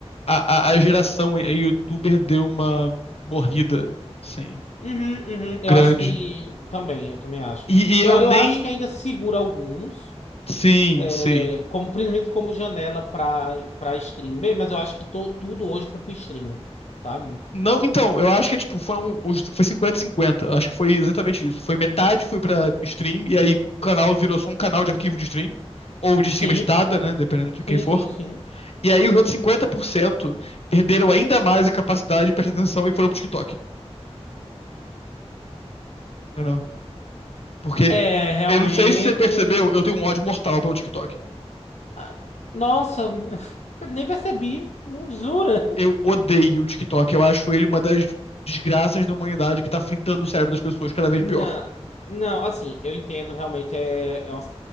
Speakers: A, on the left; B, on the left.
A: a, a, a geração e- youtuber deu uma morrida, sim,
B: Uhum, uhum. Eu
A: grande.
B: acho que também, eu também acho.
A: E, e
B: Eu,
A: eu
B: eu
A: nem.
B: acho que ainda segura alguns,
A: Sim,
B: é,
A: sim.
B: como, principalmente como janela para para stream, bem mas eu acho que to- tudo hoje foi pro stream, sabe?
A: Não, então, eu acho que tipo, foi um, os- foi 50 cinquenta. Eu Acho que foi exatamente isso. Foi metade foi pra stream e aí o canal virou só um canal de arquivo de stream ou de
B: Sim,
A: cima editada, né, dependendo de
B: sim,
A: quem for.
B: sim, sim.
A: E aí os outros 50% perderam ainda mais a capacidade de prestar atenção e foram pro TikTok, entendeu? Porque
B: É, realmente.
A: eu não sei se você percebeu, eu tenho um ódio mortal pelo TikTok.
B: Ah, Nossa, <laughs> eu nem percebi, jura?
A: Eu odeio o TikTok, eu acho ele uma das desgraças da humanidade que tá fritando o cérebro das pessoas cada vez
B: Não,
A: pior.
B: não, assim, eu entendo, realmente é, é uma-